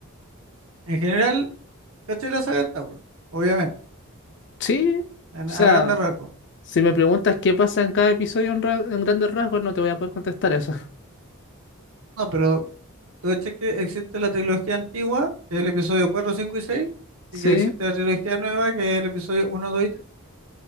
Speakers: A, on the right (about 70°); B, on the left (about 55°).
A: En general, caché la saga de Star Wars, obviamente,
B: Sí, o
A: en-
B: sea,
A: a grandes rasgos.
B: si me preguntas qué pasa en cada episodio en, ra- en grandes rasgos, no te voy a poder contestar eso. <laughs>
A: No, pero ¿Tú ves que existe la trilogía antigua, que es el episodio cuatro 5 y seis
B: Sí,
A: Y que existe la trilogía nueva, que es el episodio uno 2 y 3.